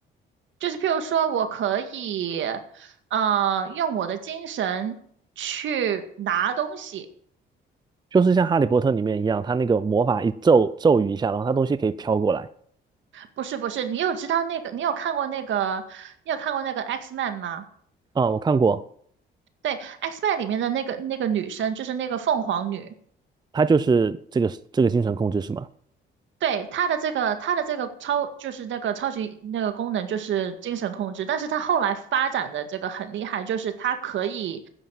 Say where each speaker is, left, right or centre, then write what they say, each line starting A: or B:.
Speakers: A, on the right (about 70°); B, on the right (about 20°).
A: 就是譬如说我可以，呃，用我的精神去拿东西，
B: 就是像《哈利波特》里面一样，他那个魔法一咒咒语一下，然后他东西可以飘过来。
A: 不是不是，你有知道那个，你有看过那个，你有看过那个 X Man 吗？
B: 啊、我看过，
A: 对，X Men 里面的那个那个女生，就是那个凤凰女，
B: 他就是这个这个精神控制是吗？
A: 对，她的这个她的这个超就是那个超级那个功能就是精神控制，但是她后来发展的这个很厉害，就是她可以